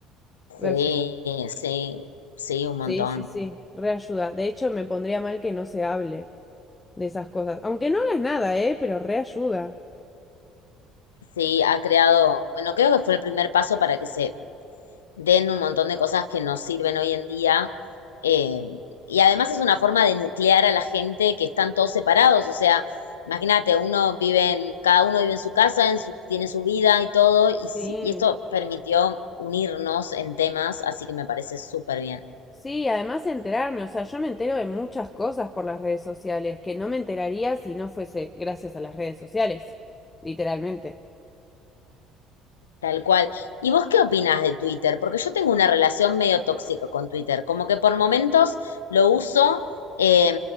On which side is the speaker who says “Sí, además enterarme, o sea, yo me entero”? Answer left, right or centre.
Left